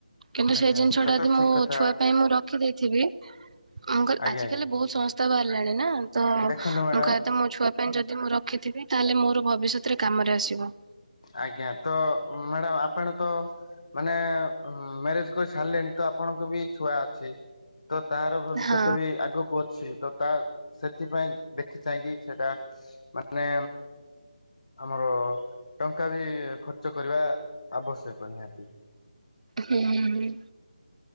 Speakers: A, on the right; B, on the left.
A: କିନ୍ତୁ
B: ଆଜ୍ଞା
A: ସେ ଜିନିଷ
B: ସେଇଟା
A: ଟା ଯଦି
B: ତ
A: ମୋ
B: ଠିକ କଥା
A: ଛୁଆ ପାଇଁ ମୁଁ ରଖି ଦେଇଥିବି ମୁଁକହିଲି
B: ଆଜ୍ଞା
A: ଆଜି
B: ଆଜ୍ଞା
A: କାଲି ବହୁତ ସଂସ୍ଥା ବାହାରିଲାଣି ନା ତ ମୁଁ
B: ଦେଖନ୍ତୁ
A: କହିବାକଥା
B: ମ୍ୟାଡାମ
A: ମୋ ଛୁଆ ପାଇଁ ଯଦି ମୁଁ ରଖିଥିବି ତାହେଲେ ମୋର ଭବିଷ୍ୟତରେ କାମରେ ଆସିବ।
B: ଆଜ୍ଞା ତ ମ୍ୟାଡାମ ଆପଣ ତ ମାନେ ମ୍ୟାରେଜ କରି ସାରିଲେଣି ତ ଆପଣଙ୍କ ବି ଛୁଆ ଅଛି। ତ ତାର ଭବିଷ୍ୟତ
A: ହଁ
B: ବି ଆଗକୁ ଅଛି ତ ତା ସେଥିପାଇଁ ଦେଖି ଚାହିଁକି ସେଟା ମାନେ ଆମର ଟଙ୍କା ବି ଖର୍ଚ୍ଚ କରିବା ଆବଶ୍ୟକ ନିହାତି।
A: ହୁଁ ହୁଁ।